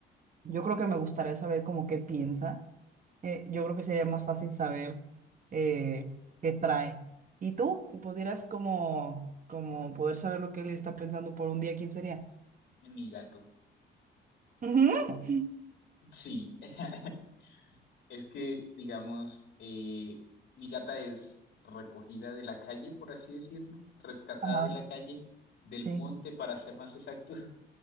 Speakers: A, on the right; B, on the left.
A: yo creo que me gustaría saber como qué piensa. Eh, yo creo que sería más fácil saber eh, qué trae. ¿Y tú, si pudieras como, como poder saber lo que él está pensando por un día, quién sería?
B: Mi gato.
A: Ujú.
B: Sí, <laughs> es que, digamos, eh, mi gata es recogida de la calle, por así decirlo, rescatada
A: Ajá.
B: de la calle, del
A: Sí.
B: monte, para ser más exactos.